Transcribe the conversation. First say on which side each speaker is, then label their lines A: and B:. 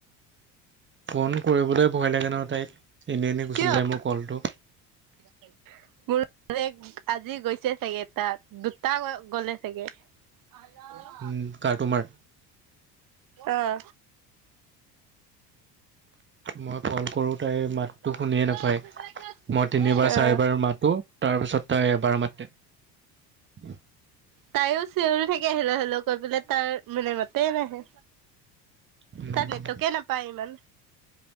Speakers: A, on the right; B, on the right.
A: ফোন কৰিবলৈ ভয় লাগে নহয় তাইক, এনেই-এনেই গুচি
B: কিয়
A: যায় মোৰ কলটো।
B: <unintelligible> মোৰ আজি গৈছে চাগে তাত, দুটা গ'লে চাগে। <unintelligible>
A: উম, কাৰ তোমাৰ?
B: আহ।
A: মই কল কৰোঁ তাই মাত টো শুনিয়ে
B: অ
A: নাপায় মই তিনিবাৰ চাৰিবাৰ মাতো তাৰপিছত তাই এবাৰ মাতে। উ
B: তাইও চিঞৰি থাকি আহিলে হলেও কৈ পাই তাৰ মানে মাতে নাহে।
A: উম,
B: তাত নটকে নাপায় ইমান।